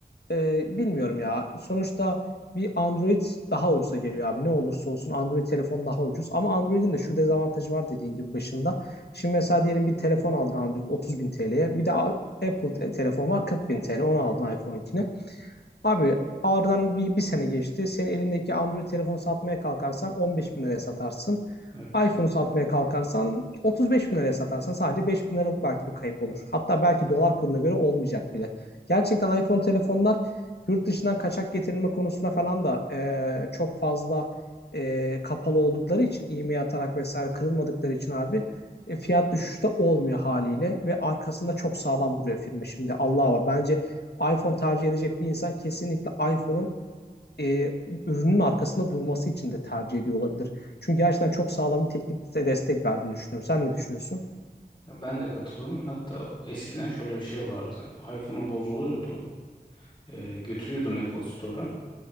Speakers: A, on the left (about 75°); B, on the left (about 30°).
A: ee, bilmiyorum ya. Sonuçta bir Android daha ucuza geliyor abi. Ne olursa olsun Android telefon daha ucuz. Ama Android'in de şu dezavantajı var dediğin gibi başında. Şimdi mesela diyelim bir telefon aldın Android 30 bin TL'ye. Bir de A- Apple te- telefon var 40 bin TL. Onu aldın iPhone'unkini. Abi aradan bir, bir sene geçti. Senin elindeki Android telefonu satmaya kalkarsan 15 bin liraya satarsın.
B: evet.
A: iPhone'u satmaya kalkarsan 35 bin liraya satarsın. Sadece 5 bin liralık belki bir kayıp olur. Hatta belki dolar kuruna göre olmayacak bile. Gerçekten iPhone telefonlar yurt dışından kaçak getirilme konusuna falan da e, çok fazla e, kapalı oldukları için e-mail atarak vesaire kırılmadıkları için abi e, fiyat düşüşü de olmuyor haliyle ve arkasında çok sağlam duruyor firma şimdi Allah'a var. Bence iPhone tercih edecek bir insan kesinlikle iPhone'un e, ürünün arkasında durması için de tercih ediyor olabilir. Çünkü gerçekten çok sağlam bir teknik destek verdiğini düşünüyorum. Sen ne düşünüyorsun?
B: Ya Ben de katılıyorum. Hatta eskiden şöyle bir şey vardı. iPhone'un bozuluyordu. Ee, götürüyordun Apple Store'a.